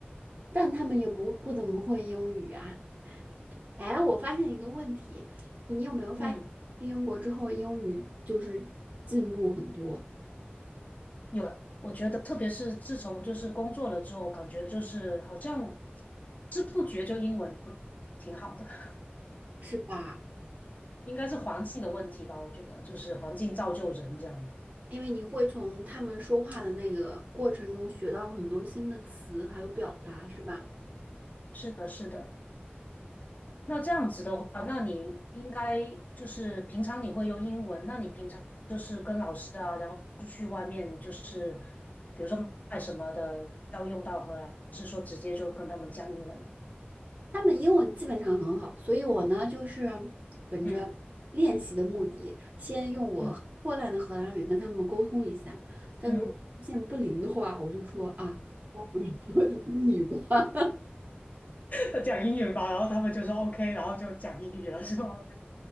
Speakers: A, on the right (about 40°); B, on the left (about 40°).
A: 但他们也不不怎么会英语啊。哎，我发现一个问题，你有没有发？
B: 嗯，
A: 去英国之后，英语就是进步很多，
B: 有，我觉得特别是自从就是工作了之后，感觉就是好像不知不觉就英文就挺好的，<laughs>
A: 是吧？
B: 应该是环境的问题吧？我觉得就是环境造就人这样。
A: 因为你会从他们说话的那个过程中学到很多新的词，还有表达，是吧？
B: 是的，是的。那这样子的话，那你应该就是平常你会用英文，那你平常就是跟老师啊，然后去外面就是比如说卖什么的要用到荷兰，还是说直接就跟他们讲英文啊？
A: 他们英文基本上很好，所以我呢就是本着练习的目的，
B: 嗯
A: 先用我破烂的荷兰语跟他们沟通一下。
B: 嗯
A: 但如果发现不灵的话，
B: 嗯。
A: 我就说啊，<laughs> 说英语吧。<laughs>
B: 要讲英语吧，然后他们就说 OK，然后就讲英语了，是吗？